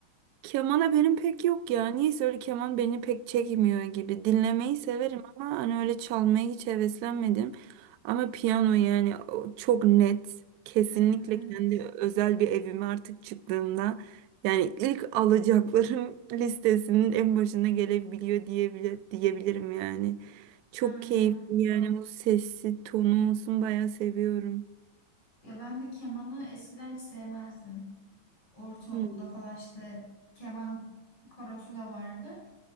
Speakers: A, on the right; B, on the left.
A: Kemana benim pek yok ya. Niyeyse öyle keman beni pek çekmiyor gibi. Dinlemeyi severim ama hani öyle çalmaya hiç heveslenmedim. Ama piyano yani o çok net. Kesinlikle
B: Evet,
A: kendi özel bir evime artık çıktığımda yani ilk alacaklarım <laughs> listesinin en başına gelebiliyor diyebilir, diyebilirim yani. Çok
B: aynen.
A: keyifli yani bu sesi tonu olsun bayağı seviyorum.
B: Ya ben de kemanı eskiden hiç sevmezdim. ortaokulda
A: Hmm.
B: falan işte keman korosu da vardı.